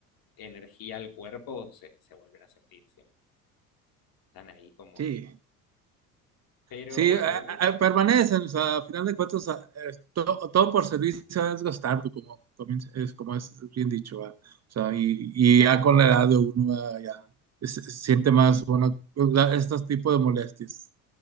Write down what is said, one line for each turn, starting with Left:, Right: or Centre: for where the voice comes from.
Left: energía al cuerpo se, se vuelven a sentir siempre. Están ahí como...
Right: sí.
Left: Pero
Right: Sí,
Left: bueno,
Right: a-
Left: también...
Right: a- a- permanecen, o sea, a final de cuentas, a- eh, to- todo por servicio es gastando, como también es, como es bien dicho, ¿va? O sea, y, y ya con la edad de uno ah, ya se, se siente más, bueno, pues, estos tipos de molestias,